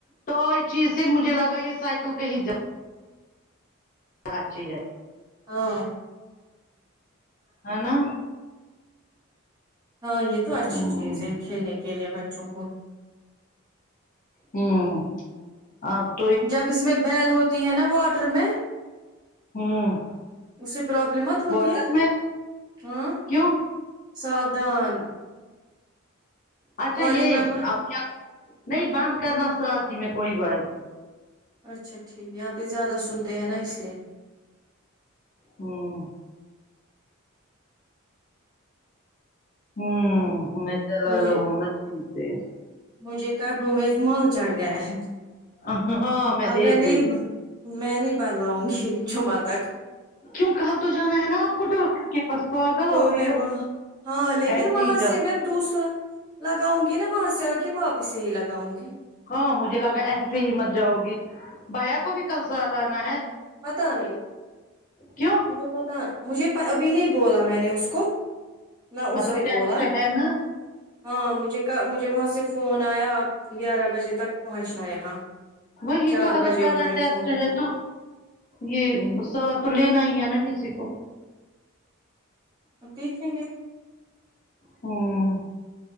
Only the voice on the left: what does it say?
تو چیز سے مجھے لگا یہ سائیکل کہیں ج اچھی ہے
ہے نا
ہوں
ہوں آپ
ہوں
واٹر
میں
کیوں
اچھا
یہ
اب کیا نہیں بند کرنا ساتھ ہی میں کوئی بات
ہوں ہوں میں چلا
رہا ہوں میں چیز سے
تیز ہاں
دیکھ
رہی
کیوں کل تو جانا ہے نا آپ کو ڈاکٹر کے پاس پاگل
ہو گئی
ہو
ایسے
ہی جاؤ
ہاں مجھے لگا ایسے ہی مت جاؤ گی بایا کو بھی کل ساتھ آنا ہے
کیوں
مطلب
ٹیسٹ
ہے نا
وہیں
تو اگر
بڑا
ٹیسٹ
ہے تو یہ ساتھ تو لینا ہی ہے نا کسی کو
ہوں